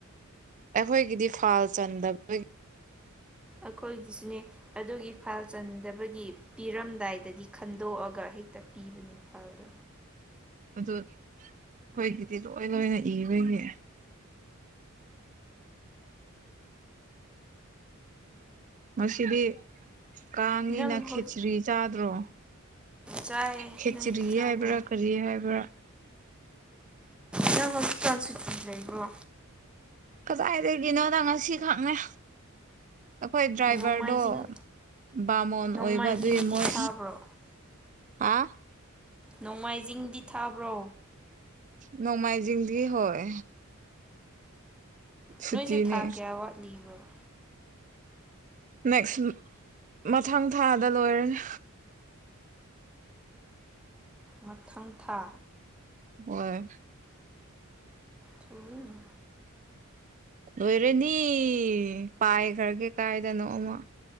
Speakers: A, on the right (about 35°); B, in the centre.
A: ꯑꯩꯈꯣꯏꯒꯤꯗꯤ ꯐꯥꯜ ꯆꯟꯗꯕꯩ
B: ꯑꯈꯣꯏꯒꯤ ꯁꯨꯅꯦ ꯑꯗꯨꯒꯤ ꯐꯥꯏꯜ ꯆꯟꯗꯕꯒꯤ ꯄꯤꯔꯝ ꯗꯥꯏꯗꯗꯤ ꯈꯟ ꯗ‌ꯣꯑꯒ ꯍꯦꯛꯇ ꯄꯤꯕꯅꯦ ꯐꯥꯏꯜꯗꯣ
A: ꯑꯗꯨ ꯈꯣꯏꯒꯤꯗꯤ ꯂꯣꯏ ꯂꯣꯏꯅ ꯏꯕꯒꯤ ꯉꯁꯤꯗꯤ ꯀꯥꯡꯅꯤꯅ
B: ꯅꯪ ꯍꯧꯖꯤꯛ
A: ꯈꯦꯆ꯭ꯔꯤ ꯆꯥꯗ꯭ꯔꯣ
B: ꯆꯥꯏꯌꯦ
A: ꯈꯦꯆ꯭ꯔꯤ
B: ꯅꯪꯗꯤ ꯆꯥꯕ꯭ꯔꯣ
A: ꯍꯥꯏꯕ꯭ꯔꯥ ꯀꯔꯤ ꯍꯥꯏꯕ꯭ꯔꯥ
B: ꯅꯪ ꯍꯧꯖꯤꯛꯀꯥꯟ ꯁꯨꯇꯤ ꯂꯩꯕ꯭ꯔꯣ
A: ꯀꯖꯥꯏꯗꯒꯤꯅꯣꯗ ꯉꯁꯤꯈꯛꯅꯦ ꯑꯈꯣꯏ ꯗ꯭ꯔꯥꯏ
B: ꯅꯣꯡꯃꯥꯏꯖꯤꯡ
A: ꯚꯔꯗꯣ ꯕꯥꯃꯣꯟ
B: ꯅꯣꯡꯃꯥꯏꯖꯤꯡꯗꯤ
A: ꯑꯣꯏꯕ ꯑꯗꯨꯏ ꯃꯣꯏ
B: ꯊꯥꯕ꯭ꯔꯣ
A: ꯑꯥ
B: ꯅꯣꯡꯃꯥꯏꯖꯤꯡꯗꯤ ꯊꯥꯕ꯭ꯔꯣ
A: ꯅꯣꯡꯃꯥꯏꯖꯤꯡꯗꯤ ꯍꯣꯏ ꯁꯨꯇꯤꯅꯦ
B: ꯅꯣꯏꯖ‌ꯦ ꯊꯥ ꯀꯌꯥ ꯋꯥꯠꯂꯤꯕꯔ‌ꯣ
A: ꯅꯦꯛꯁ ꯃꯊꯪ ꯊꯥꯗ ꯂꯣꯏꯔꯅꯤ
B: ꯃꯊꯪ ꯊꯥ
A: ꯑꯣꯏ
B: ꯀꯔꯤꯅꯣ
A: ꯂꯣꯏꯔꯅꯤ ꯄꯥꯏꯈ꯭ꯔꯒꯦ ꯀꯥꯏꯗꯅꯣ ꯑꯃꯥ